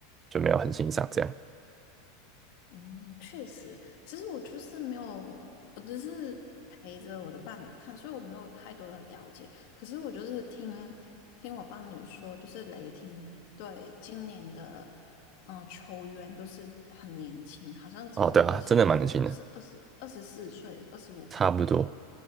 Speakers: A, on the right; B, on the left.
A: 就没有很欣赏这样，
B: 嗯，确实，其实我就是没有，我只是陪着我的伴侣看，所以我没有太多的了解。可是我就是听听我伴侣说，就是雷霆队今年的嗯、呃球员都是很年轻，好像只有二十是二十二十四岁、
A: 哦，对啊，真的蛮年轻的，
B: 二十五岁，
A: 差不多。